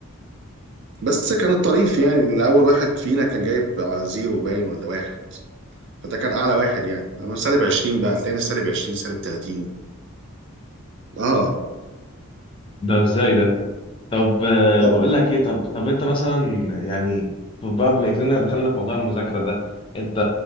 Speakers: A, on the right; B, on the left.
A: بس كان الطريف يعني ان اول واحد فينا كان جايب زيرو باين ولا واحد فده كان اعلى واحد يعني انا سالب 20 بقى هتلاقينا سالب 20 سالب 30 اه
B: ده ازاي ده طب آه،
A: اهو
B: بقول لك ايه طب طب انت مثلا يعني ف- بقى بما اننا دخلنا في موضوع المذاكره ده انت